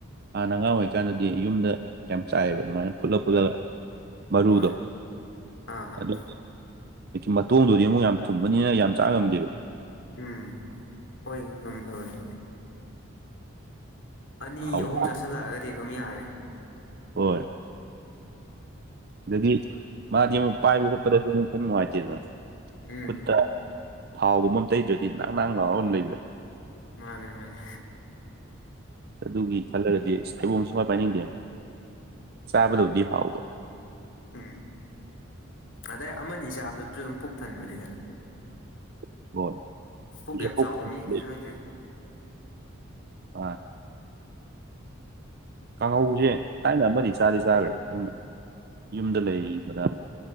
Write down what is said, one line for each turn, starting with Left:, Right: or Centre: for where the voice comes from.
Right: ꯍꯥꯟꯅ ꯑꯉꯥꯡ ꯑꯣꯏꯔꯤꯀꯥꯟꯗꯗꯤ ꯌꯨꯝꯗ ꯌꯥꯝ ꯆꯥꯏꯑꯕ ꯑꯗꯨꯃꯥꯏꯅ ꯐꯨꯠꯂꯛ ꯄꯨꯨꯠꯂꯒ ꯃꯔꯨꯗꯣ
Left: ꯍꯣꯏ ꯑꯥ
Right: ꯑꯗꯨ ꯃꯇꯣꯡꯗꯨꯗꯤ ꯑꯃꯨꯛ ꯌꯥꯝ ꯊꯨꯝꯕꯅꯤꯅ ꯌꯥꯝ ꯆꯥ ꯉꯝꯗꯦꯕ
Left: ꯎꯝ ꯍꯣꯏ ꯉꯝꯗꯕꯅꯤ ꯑꯅꯤ
Right: ꯍꯥꯎꯗꯤ
Left: ꯑꯍꯨꯝ ꯆꯥꯁꯤꯜꯂꯛꯑꯒꯗꯤ ꯑꯗꯨꯝ ꯌꯥꯔꯦ
Right: ꯍꯣꯏ ꯑꯗꯒꯤ ꯃꯥꯗꯤ ꯑꯃꯨꯛ ꯄꯥꯏꯕ ꯈꯣꯠꯄꯗꯁꯨ ꯑꯗꯨꯝ ꯅꯨꯡꯉꯥꯏꯇꯦꯗꯅ
Left: ꯎꯝ
Right: ꯈꯨꯠꯇ ꯊꯥꯎꯒꯨꯝꯕꯃ ꯇꯩꯗ꯭ꯔꯗꯤ ꯅꯥꯡ ꯅꯥꯡ ꯂꯥꯎꯔ ꯑꯗꯨꯝ ꯂꯩꯕꯗꯣ
Left: ꯃꯥꯅꯦ ꯃꯥꯅꯦ
Right: ꯑꯗꯨꯒꯤ ꯈꯜꯂꯒꯗꯤ ꯑꯁ ꯊꯩꯕꯣꯡꯁꯦ ꯁꯨꯛꯄꯥꯏ ꯄꯥꯏꯅꯤꯡꯗꯦꯕ ꯆꯥꯕꯗꯕꯨꯗꯤ ꯍꯥꯎꯕ
Left: ꯎꯝ ꯑꯗꯩ ꯑꯃꯅꯤ ꯆꯥꯕꯗꯁꯨ ꯑꯗꯨꯝ ꯄꯨꯛ ꯊꯟꯕꯅꯤꯗ
Right: ꯍ
Left: ꯄꯨꯛ ꯌꯥꯝ ꯆꯥꯎꯕ ꯃꯤꯒꯤꯗꯤ ꯈꯪꯗ꯭ꯔꯦ
Right: <unintelligible> ꯀꯥꯡꯍꯧꯖ ꯊꯥꯏꯅ ꯑꯃꯗꯤ ꯆꯥꯗꯤ ꯆꯥꯈ꯭ꯔꯦ ꯑꯩꯅ ꯌꯨꯝꯗ ꯂꯩꯕꯗ